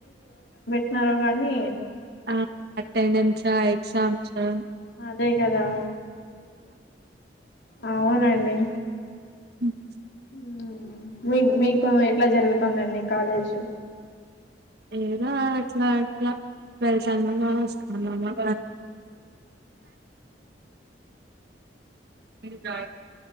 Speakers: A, on the left (about 70°); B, on the right (about 60°).
A: న్నారో గానీ
B: ఆ అటెండెన్స్ ఆ ఎగ్జామ్ చా
A: అదే కదా ఆ అవునండి
B: ఉమ్
A: ఉమ్ మీ మీకు ఎట్లా జరుగు తానండి కాలేజు
B: ఏద అట్లా లా వెళ్తామ్మా వస్తానాన్న ఇంకా